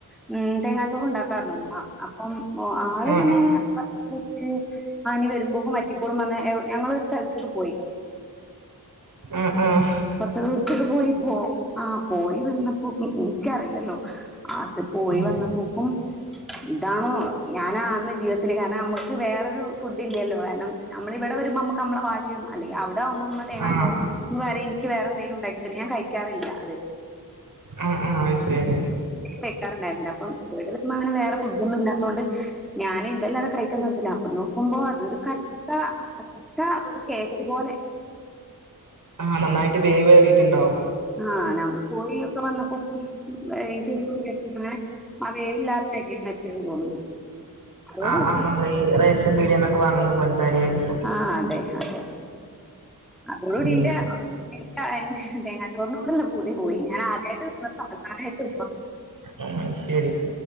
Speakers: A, in the centre; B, on the right.
A: ഉ തേങ്ങാച്ചോറ ഉണ്ടാക്കാന്ന് ഉമമ്മഅപ്പം ആള്
B: ആ
A: ങ്ങനെ വെള്ളം ക്കേ വച്ച് ആനി വരുമ്പോക്ക മറ്റിക്കോളും വന്ന് ഞങ്ങളൊ ഒരു സ്ഥലത്തേക്ക് പോയി
B: ഉം ഉം
A: കുറച്ച ദൂരിത് ക്ക് ട്ടപോയ പോ ആ പോയി വന്നപ്പോ എനിക്കറിയില്ലല്ലോ ആത് പോയി
B: ഉം
A: വന്ന പോക്കും ഇതാണോ ഞാനാന്ന് ജീവിതത്തില് കാരണം നമ്മുക്ക് വേറൊരു ഫുഡ് ഇല്ലല്ലോ കാരണം നമ്മള ഇവിടെ വരുമ്പോ നമ്മക്ക്മ്മള വാശി യും അല്ലെ അവിടെവ്പോമ്മ തേങ്ങാ
B: ആ
A: ചോറ് ഇന്ന് വരെ എനിക്ക് വേറെന്തങ്കും ഉണ്ടാക്കി ഇത്തി ഞാൻ കഴിക്കാറില്ല അത്
B: ആ ആ ശരി
A: വെക്കാുണ്ടായിരുന്നില്ല അപ്പ വിട്ടിൽ നിക്കു മ്പോ അനെ വേറെ ഫുഡ് ഒന്നും ഇാത്തതൊണ്ട് ഞാന്ഇ ന്തല്ല അത് കഴിക്കുന്നന്ന്രത്തില്ലാപ്പുന്നു നക്കുമ്പോ അതൊരു കട്ട കട്ട ഒരു കേക്ക് പോലെ
B: ആഹ് നന്നായിട്ട് വേവേ റിയിട്ടു ണ്ടാവും
A: ആഹ ഞങ്ങ പോയി ഒക്കെ വന്നപ്പോ എനക്ക്ന്ന വിഷ അങ്ങനെ അവേവി ലാർത്ത രി വെച്ചെന്ന് തോന്നുന്നു അതോടുകൂടി
B: ആഹ് ആഹ് നമ്മൾ ഈ റേഷൻ പീടന്നൊക്കെ വാങ്ങുന്ന പോലത്തെ അരി ആായിരിക്കും
A: ആ അതെ അതെ അതോടുകൂടി
B: ഉം
A: എന്റെ എ തേങ്ങാ ചോറനോടുള്ള പൂതിപോയി ഞാൻ ആദ്യമായിട്ട് നി അവസാനായിട്ട്
B: ആ ശരി